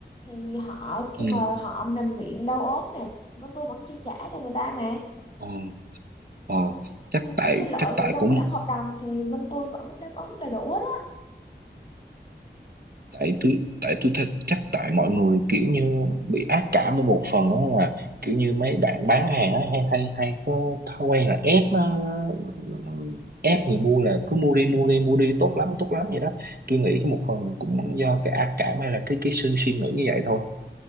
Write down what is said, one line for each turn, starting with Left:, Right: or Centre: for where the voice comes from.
Left: thì họ khi
Right: ừ
Left: mà họ nằm viện đau ốm nè thì bên tôi vẫn chi trả cho người ta mà
Right: ờ ờ
Left: Ờ,
Right: chắc
Left: những
Right: tại
Left: cái lợi
Right: chắc tại
Left: mà trong
Right: cũng
Left: bản hợp đồng thì bên tôi vẫn đáp ứng đầy đủ hết á
Right: tại tôi tại tôi thật chắc tại mọi người kiểu như bị ác cảm ở một phần á là kiểu như mấy bạn bán hàng á hay hay hay có thói quen là ép ờ, ép người mua là cứ mua đi mua đi mua đi tốt lắm tốt lắm vậy đó tôi nghĩ cái một phần cũng do cái ác cảm hay là cái cái sự suy nghĩ như vậy thôi